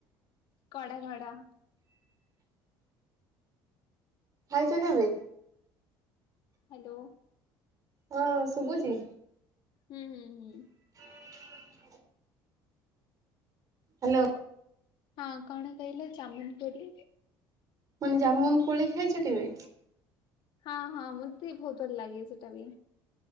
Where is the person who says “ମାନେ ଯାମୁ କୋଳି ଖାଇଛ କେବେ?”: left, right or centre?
Right